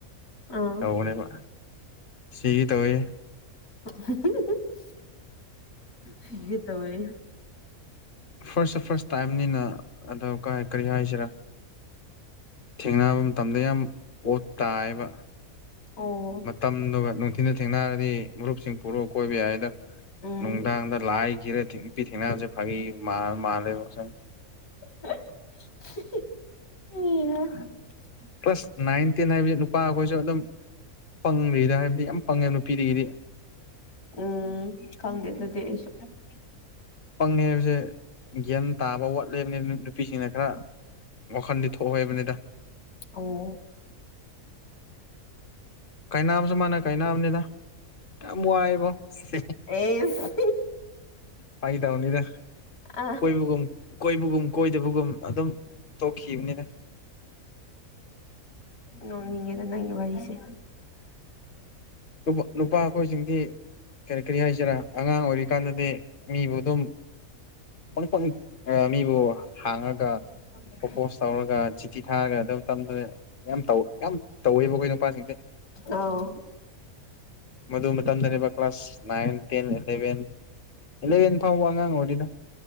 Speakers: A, on the left; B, on the left.
A: ꯑꯥ
B: ꯇꯧꯕꯅꯦꯕ ꯁꯤꯒꯦ ꯇꯧꯋꯦꯍꯦ
A: <unintelligible> ꯁꯤꯒꯦ ꯇꯧꯋꯦ
B: ꯐꯥꯔꯁ ꯁꯨ ꯐꯥꯔꯁ ꯇꯥꯏꯝꯅꯤꯅ ꯑꯗꯣ ꯀꯥꯢ ꯀꯔꯤ ꯍꯥꯏꯁꯤꯔꯥ ꯊꯦꯡꯅꯕ ꯃꯇꯝꯗ ꯌꯥꯝ ꯑꯣꯠ ꯇꯥꯏꯌꯦꯕ
A: ꯑꯣ
B: ꯃꯇꯝꯗꯨꯒ ꯅꯨꯡꯊꯤꯟꯗ ꯊꯦꯡꯅꯔꯗꯤ ꯃꯔꯨꯞꯁꯤꯡ ꯄꯨꯔꯣ ꯀꯣꯏꯕ ꯌꯥꯏꯌꯦꯗ
A: ꯎꯝ
B: ꯅꯨꯡꯗꯥꯡꯗ ꯂꯥꯏ ꯀꯤꯔ ꯊꯤꯛ ꯅꯨꯄꯤ ꯊꯦꯡꯅꯕꯁꯦ ꯐꯥꯒꯤ ꯃꯥꯜ ꯃꯥꯜꯂꯦꯕ ꯑꯁꯦꯡꯕ
A: <unintelligible>
B: ꯀꯂꯥ꯭ꯁ ꯅꯥꯏꯟ ꯇꯦꯟ ꯍꯥꯏꯕꯖꯦ ꯅꯨ ꯄꯥ ꯈꯣꯏꯁꯨ ꯑꯗꯨꯝ ꯄꯪꯔꯤꯗ ꯍꯥꯏꯕꯗꯤ ꯌꯥꯝ ꯄꯪꯉꯦ ꯅꯨꯄꯤꯗꯒꯤꯗꯤ
A: ꯎꯝ ꯈꯪꯗꯦ <inaudible>
B: ꯄꯪꯉ ꯍꯥꯏꯕꯁꯦ ꯒ꯭ꯌꯥꯟ ꯇꯥꯕ ꯋꯥꯠꯂꯦꯕꯅꯦ ꯅꯨ ꯅꯨꯄꯤꯁꯤꯡꯅ ꯈꯔ ꯋꯥꯈꯟꯗꯤ ꯊꯣꯛꯑꯣ ꯍꯥꯏꯕꯅꯦꯗ
A: ꯑꯣ
B: ꯀꯥꯢꯅꯥꯕꯁꯨ ꯃꯥꯅ ꯀꯥꯏꯅꯕꯅꯦꯗ ꯌꯥꯝ ꯋꯥꯏꯌꯦꯕꯣ ꯁꯤꯁ
A: ꯑꯦꯁ
B: ꯐꯥꯒꯤ ꯇꯧꯅꯤꯗ
A: ꯑ
B: ꯀꯣꯏꯕꯒꯨꯝ ꯀꯣꯏꯕꯒꯨꯝ ꯀꯣꯏꯗꯕꯒꯨꯝ ꯑꯗꯨꯝ ꯇꯣꯛꯈꯤꯝꯅꯤꯗ
A: ꯅꯣꯛꯅꯤꯡꯉꯦꯗ ꯅꯪꯒꯤ ꯋꯥꯔꯤꯁꯦ
B: ꯅꯨꯞ ꯅꯨꯄꯥ ꯑꯈꯣꯏꯁꯤꯡꯗꯤ ꯀꯔꯤ ꯀꯔꯤ ꯍꯥꯏꯁꯤꯔꯥ ꯑꯉꯥꯡ ꯑꯣꯏꯔꯤꯀꯥꯟꯗꯗꯤ ꯃꯤꯕꯨ ꯑꯗꯨꯝ ꯄꯪ ꯄꯪ ꯑ ꯃꯤꯕꯨ ꯍꯥꯡꯉꯒ
A: <unintelligible>
B: ꯄ꯭ꯔꯣꯄꯣꯁ ꯇꯧꯔꯒ ꯆꯤꯊꯤ ꯊꯥꯔꯒ ꯑꯗꯨ ꯃꯇꯝꯗꯨꯗ ꯌꯥꯝ ꯇꯧ ꯌꯥꯝ ꯇꯧꯋꯦꯕ ꯑꯈꯣꯏ ꯅꯨꯄꯥꯁꯤꯡꯁꯦ
A: ꯑꯣ
B: ꯃꯗꯨ ꯃꯇꯝꯗꯅꯦꯕ class nine ten eleven eleven ꯐꯥꯎꯕ ꯑꯉꯥꯡ ꯑꯣꯏꯔꯤꯗ